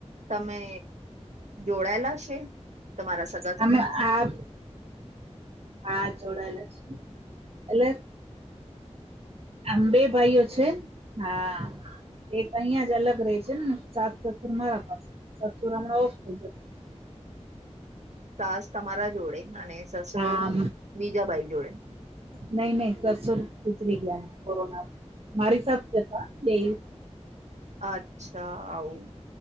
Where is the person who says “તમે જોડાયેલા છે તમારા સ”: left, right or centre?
Right